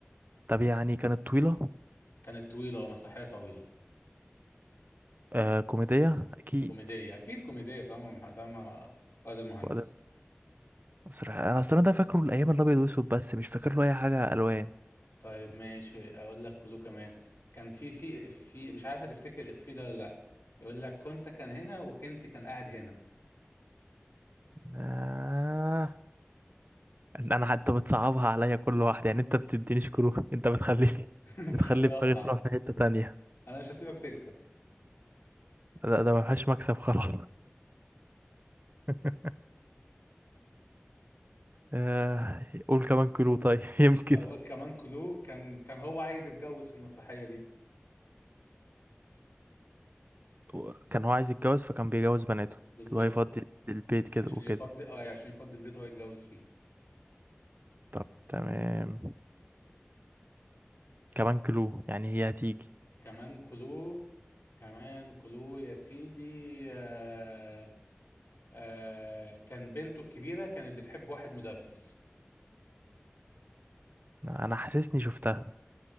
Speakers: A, on the right (about 45°); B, on the left (about 85°).
A: طب يعني كانت طويلة
B: كانت طويله مسرحيه طويله
A: آه كوميدية اكيد
B: كوميديه اكيد كوميديه طالما طالما فؤاد المهندس
A: فؤاد أصل انا اصلا ده فاكره الايام الابيض والاسود بس مش فاكر له اي حاجة الوان
B: طيب ماشي اقول لك كله كمان كان في في في مش عارف هتفتكر الافيه ده ولا لا يقول لك كنت كان هنا وكنت كان قاعد هنا
A: آه إن انا حتى بتصعبها عليا كل واحد يعني انت بتدينيش كلو <laughs> انت بتخليني
B: <laughs>
A: بتخلي
B: بخليها
A: دماغي
B: اصعب
A: تروح في حتة تانية
B: انا مش هسيبك تكسب
A: ده, ده ما فيهاش مكسب خلاص <laughs> آه، قول كمان كيلو طيب <laughs> يمكن
B: أول كمان كلو كان كان هو عايز يتجوز في المسرحية دي
A: و- كان هو عايز يتجوز فكان بيجوز بناته
B: بالظبط
A: وهيفضي البيت كده
B: عشان
A: وكده
B: يفضي اه يعني عشان يفضي البيت هو يتجوز فيه
A: طب تمام كمان كيلو يعني هي هتيجي
B: كمان كلو كمان كلو يا سيدي آه آه كان بنته الكبيرة كانت بتحب واحد مدرس
A: انا حاسسني شفتها